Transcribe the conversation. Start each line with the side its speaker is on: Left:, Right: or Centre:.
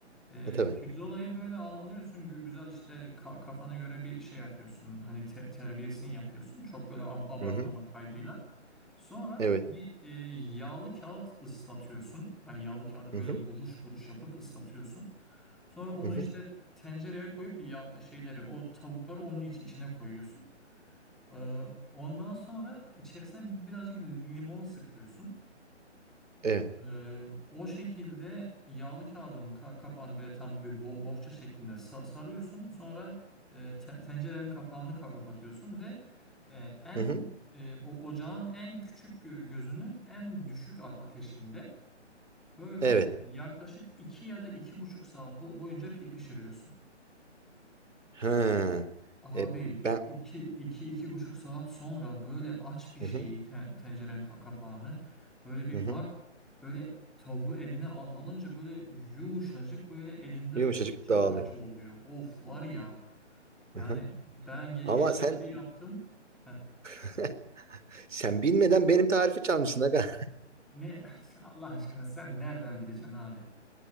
Centre: E,
Right: Ha, tabii.
Centre: pirzolayı böyle al, alıyorsun gü- güzel işte ka- kafana göre bir şey yapıyorsun. Hani te- terbiyesini yapıyorsun. Çok böyle ab- abartmamak
Right: Hı hı.
Centre: kaydıyla. Sonra
Right: Evet.
Centre: bir e, yağlı kağıt ıslatıyorsun. Hani yağlı kağıdı
Right: Hı
Centre: böyle
Right: hı.
Centre: buruş buruş yapıp ıslatıyorsun. Sonra onu
Right: Hı hı.
Centre: işte tencereye koyup ya şeyleri o tavukları onun iç, içine koyuyorsun. Ee, ondan sonra içerisine birazcık limon sıkıyorsun.
Right: Evet.
Centre: Ee, o şekilde yağlı kağıdın ka- kapağını böyle tam bir bo- bohça şeklinde sa- sarıyorsun. Sonra e, te- tencerenin kapağını ka- kapatıyorsun ve e, en
Right: Hı hı.
Centre: e, o ocağın en küçük gö- gözünün en düşük a- ateşinde böyle
Right: Evet.
Centre: yaklaşık 2 ya da iki buçuk saat bo- boyunca pi- pişiriyorsun.
Right: Ha.
Centre: Abi
Right: E, ben
Centre: iki, iki, iki buçuk saat sonra böyle aç bir
Right: hı
Centre: şeyi
Right: hı.
Centre: te- tenceren ka- kapağını böyle bir
Right: Hı hı.
Centre: bak böyle tavuğu eline al alınca böyle yumuşacık böyle elinde
Right: Yumuşacık
Centre: parça
Right: dağılıyor.
Centre: parça oluyor. Of var ya yani
Right: Hı hı.
Centre: ben ge-
Right: Ama
Centre: geçen
Right: sen
Centre: bir yaptım. Heh,
Right: <laughs> sen bilmeden benim tarifi çalmışsın aga.
Centre: ne <laughs> Allah aşkına sen nereden bileceksin abi?